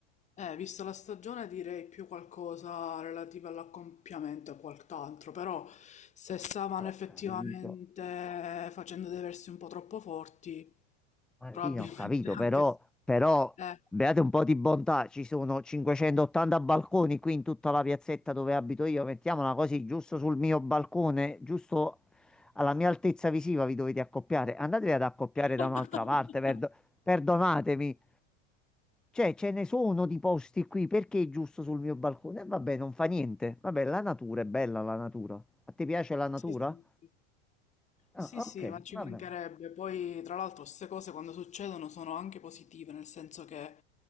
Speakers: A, on the left; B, in the centre.
A: eh, vista la stagione direi più qualcosa relativo all'accoppiamento e quant'altro, però se stavano
B: Allora,
A: effettivamente
B: Ho capito.
A: eh, facendo dei versi un po' troppo forti,
B: Martina,
A: probabilmente
B: ho capito,
A: anche...
B: però, però
A: Eh.
B: beate un po' di bontà, ci sono 580 balconi qui in tutta la piazzetta dove abito io, mettiamola così, giusto sul mio balcone, giusto alla mia altezza visiva vi dovete accoppiare, andatevi ad accoppiare
A: <laughs>
B: da un'altra parte, perdo- perdonatemi, cioè ce ne sono di posti qui, perché giusto sul mio balcone? E vabbè, non fa niente, vabbè, la natura è bella, la natura. A te piace la natura?
A: Sì, sì, sì.
B: Ah,
A: Sì, sì,
B: ok,
A: ma ci
B: va
A: mancherebbe.
B: bene.
A: Poi, tra l'altro, queste cose quando succedono sono anche positive, nel senso che